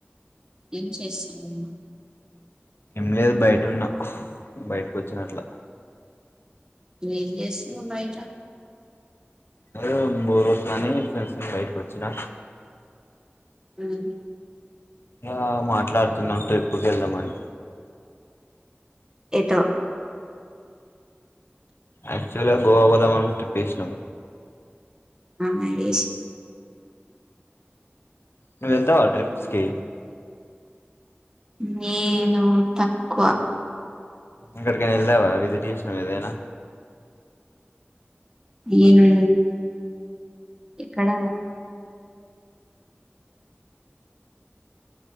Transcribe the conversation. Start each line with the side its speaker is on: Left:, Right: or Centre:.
Right: ఏం చేస్తున్న
Left: ఏం లేదు బయటున్న బయటకు వచ్చినట్లా
Right: ఏం చేస్తున్నావ్ బయట
Left: ఎదో బోర్ కొడుతుందని ఫ్రెండ్స్ తో బయటకు వచ్చినా
Right: ఉమ్
Left: ఇగ మాట్లాడుతున్నాం ట్రిప్కి వెళ్దామని
Right: ఎదో
Left: ఆక్చువల్గా గోవా పోదామని ట్రిప్పు ఎసినం
Right: స్నానం జేష్
Left: నువ్ వెళ్తావా ట్రిప్స్కి.
Right: నేను తక్వా
Left: ఎక్కడికైనా వెళ్ళావా విజిట్ చేశినవా ఏదైనా
Right: ఏను ఎక్కడ